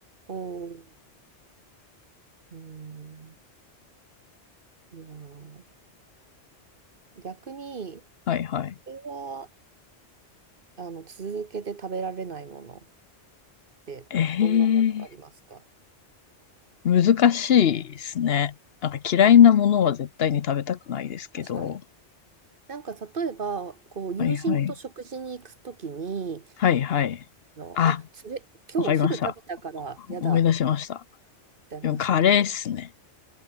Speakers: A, on the right; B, on the left.
A: おー、えー、いやー、逆に、
B: はいはい。
A: これは、あの、続けて食べられないものって、
B: ええ、
A: どんなものがありますか
B: 難しいですね。なんか嫌いなものは絶対に食べたくないですけど。
A: 確かに、なんか例えば、こう友人と食事に行くときに、
B: はいはい。はいはい。
A: あの、
B: あ、
A: あ、それ、今日お昼食べたから嫌だっ
B: わかりました。思い出しました。
A: てありますよね。
B: でもカレーっすね。